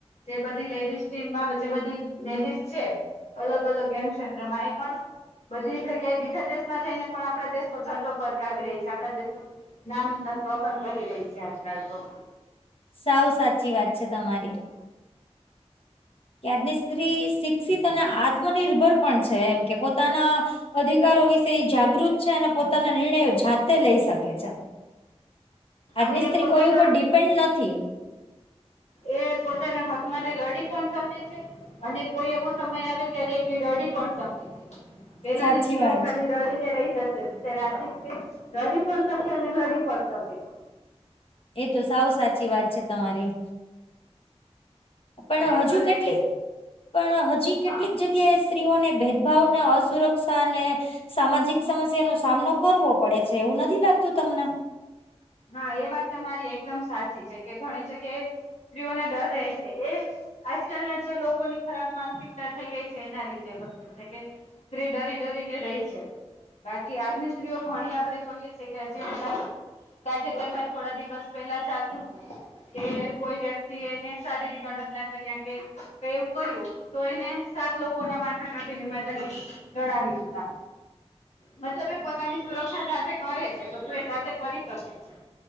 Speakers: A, on the left; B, on the left.
A: જે બધી લેડીઝ ટીમમાં જે બધી લેડીઝ છે. અલગ અલગ એમ ક્ષેત્રમાં એ પણ બધી જગ્યાએ બીજા દેશમાં જઈને પણ આપણા દેશનો ઝંડો ફરકાવી રહી છે આપણા દેશનું નામ રોસન કરી રહી છે આજકાલ તો
B: સાવ સાચી વાત છે તમારી કે આજની સ્ત્રી શિક્ષિત અને આત્મનિર્ભર પણ છે એમ કે પોતાના અધિકારો વિશે જાગૃત છે અને પોતાના નિર્ણયો જાતે લઈ શકે છે. આજની
A: અને
B: સ્ત્રી
A: પોતાના
B: કોઈ ઉપર ડિપેન્ડ નથી.
A: એ પોતાના હક માટે લડી પણ શકે છે. અને કોઈ એવો સમય આવે જ્યારે એકલી રડી પણ શકે છે પેલા
B: સાચી
A: ની સ્ત્રીઓ
B: વાત
A: ખાલી
B: છે
A: રડી રહી જતી ત્યારે આજ સ્ત્રી રડી પણ શકે અને લડી પણ શકે.
B: એ તો સાવ સાચી વાત છે તમારી પણ
A: ખરેખર
B: હજુ કેટલી
A: એક
B: પણ હજી
A: હા
B: કેટલીક જગ્યા કે સ્ત્રીઓને ભેદભાવને અસુરક્ષા અને સામાજિક સમસ્યા નો સામનો કરવો પડે છે એવું નથી લાગતું તમને
A: હા એ વાત તમારી એકદમ સાચી છે કે ઘણી જગ્યાએ સ્ત્રીઓને ડર રહે છે એ આજકાલના જે લોકોની ખરાબ માનસિકતા થઈ ગઈ છે એના લીધે પણ છે કે સ્ત્રી ડરી ડરીને રહી છે. બાકી આજની સ્ત્રીઓ ઘણી આપડે જોઈએ છે કે હજી હમણાં જ તાજેતર મા થોડા દિવસ પેલા ચાલતુ હતું. કે કોઈ વ્યક્તિ એને શારીરિક અડપલા કર્યા કે તો એવું કર્યું તો એને સાત લોકો ના માથા કાપીને માતાજી ચડાવી દીધા મતલબ એ પોતાની સુરક્ષા જાતે કરે છે બધુ જાતે કરી શકે છે